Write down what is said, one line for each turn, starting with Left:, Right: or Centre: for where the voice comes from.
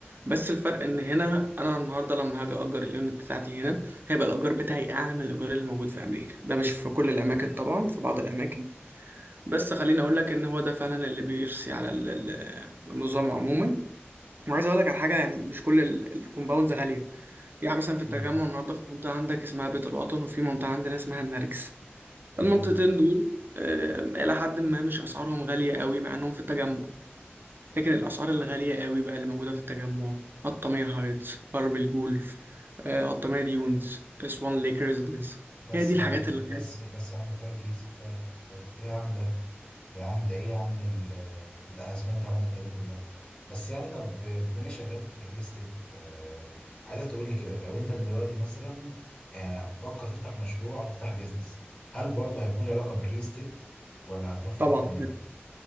Right: بس الفرق ان هنا انا النهارده لما هاجي اجر اليونت بتاعتي هنا هيبقى الايجار بتاعي اعلى من الايجار اللي موجود في امريكا ده مش في كل الاماكن طبعا في بعض الاماكن بس خليني اقول لك ان هو ده فعلا اللي بيرسي على ال- ال- النظام عموما وعايز اقول لك على حاجه يعني مش كل الكومباوندز غاليه يعني مثلا في التجمع
Left: امم
Right: النهارده في منطقه عندك اسمها بيت الوطن وفي منطقه عندنا اسمها النرجس
Left: تمام
Right: المنطقتين دول آم، إلى حد ما مش أسعارهم غالية قوي مع إنهم في التجمع لكن الأسعار الغالية قوي بقى اللي موجودة في التجمع قطامية هايتس غرب الجولف آه، قطامية ديونز سوان ليك ريزيدنس
Left: بس
Right: هي دي الحاجات
Left: يا عم
Right: اللي
Left: بس بس يا عم كفايه انجليزي كفايه كفايه ايه يا عم ده ده يا عم ده ايه يا عم ال- الاسماء اللي انت عمال تقولها دي كلها بس يعني طب بما انا شغال في الريل استيت آه، عايزك تقول لي كده لو انت دلوقتي مثلا يعني فكر تفتح مشروع او تفتح بيزنس هل برضه هيكون له علاقه بالريل استيت ولا هتروح في
Right: طبعا
Left: حته تانيه